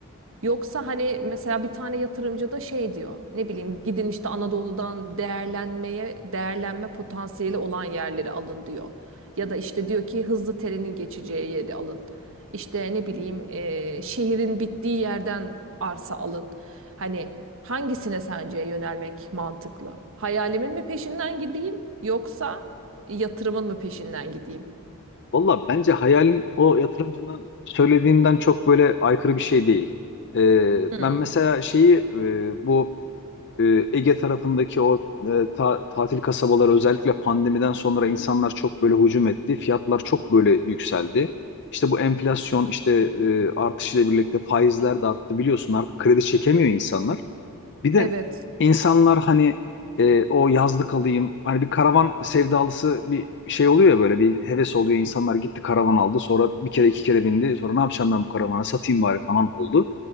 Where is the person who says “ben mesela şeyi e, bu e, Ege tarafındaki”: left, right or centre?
Left